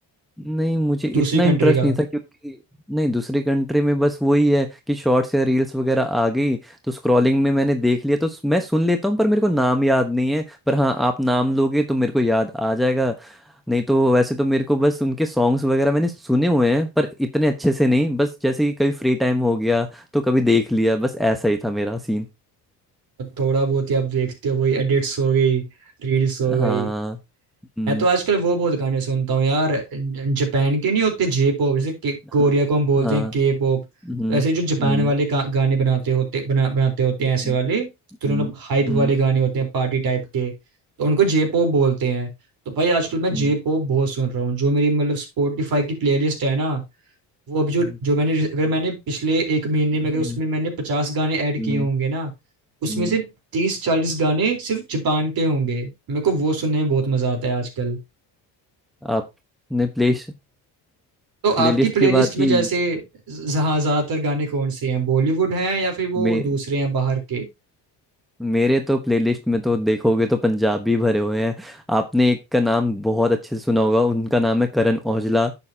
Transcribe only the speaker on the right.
दूसरी कंट्री
का
थोड़ा बहुत ही आप देखते हो वही एडिट्स हो गई रील्स हो
गई
मैं तो आजकल वो बहुत गाने सुनता हूँ यार ज- जापान के नहीं होते जे पॉप जैसे के- कोरिया
को हम बोलते
हैं के पॉप
तो ऐसे जो जापान
वाले का- गाने बनाते होते बना, बनाते होते हैं
ऐसे वाले तो
उन्होंने हाइप
वाले गाने होते हैं पार्टी टाइप के तो उनको जे पॉप बोलते हैं तो भाई आजकल मैं
जे पॉप बहुत सुन रहा हूँ जो मेरी मतलब स्पॉटिफाई की प्लेलिस्ट है ना वो अभी जो
जो मैंने अगर मैंने पिछले एक महीने में
अगर उसमें मैंने पचास गाने ऐड
किए होंगे ना उसमें
से तीस चालीस गाने सिर्फ जापान के होंगे मेरे को वो सुनने में बहुत मजा आता है आजकल
तो
आपकी प्लेलिस्ट
में
जैसे जहाँ ज्यादातर गाने कौन से हैं बॉलीवुड हैं या फिर वो
दूसरे हैं बाहर के